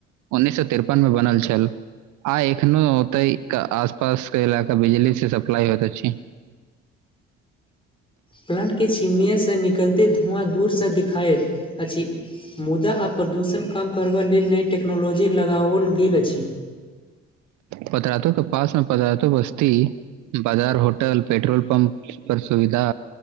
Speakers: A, on the right; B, on the left.
A: उन्नैस सए तिरपन मे बनल छल। आइ एखनो ओतै आस -पास के इलाका बिजली से सप्लाई होयते छै।
B: प्लांटके छिमनिआसँ निकलते, धुआँ दूरसँ देखाइत अछि। मुदा आ प्रदूषण कम करबा लेल, नइ टेक्नोलॉजी लगाओल गेल अछि।
A: पतरातो के पास, न पदराातो बस्ती बाजार, होटल, पेट्रोल पम्प, पर सुविधा